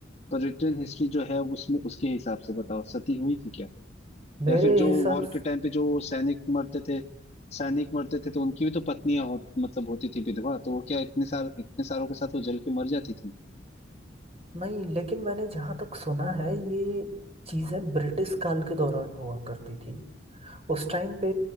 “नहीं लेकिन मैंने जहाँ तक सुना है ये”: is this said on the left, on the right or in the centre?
Right